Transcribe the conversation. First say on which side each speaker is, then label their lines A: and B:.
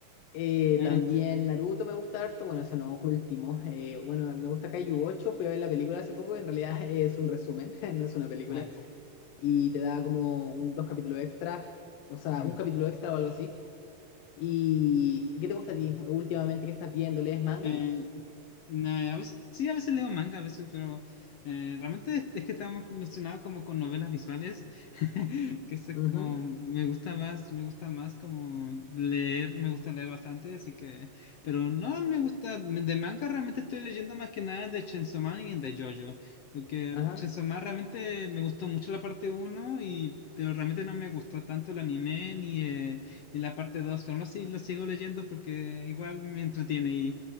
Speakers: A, on the left (about 85°); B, on the left (about 70°).
A: eh,
B: Ah,
A: también
B: sí.
A: Naruto me gusta harto, bueno, eso no, último. eh, bueno, me gusta Kaiju ocho, fui a ver la película hace poco, en realidad <laughs> es un resumen, <laughs> no es una película,
B: Ah,
A: y te da como un, dos capítulos extras, o sea,
B: sí.
A: un capítulo extra o algo así. ¿Y qué te gusta a ti últimamente que estás viendo? ¿Lees manga?
B: Eh, nah, a veces, sí, a veces leo manga, a veces, pero eh, realmente es, es que estamos mencionados como con novelas visuales, <laughs> que eso es
A: Ujú,
B: como, me gusta más, me gusta más como leer, me gusta leer bastante, así que, pero no me gusta, de manga realmente estoy leyendo más que nada de Chainsaw Man y de JoJo, porque
A: Ajá.
B: Chainsaw Man realmente me gustó mucho la parte uno y... Pero realmente no me gustó tanto el anime ni, eh, ni la parte 2 pero aún así lo sigo leyendo porque igual me entretiene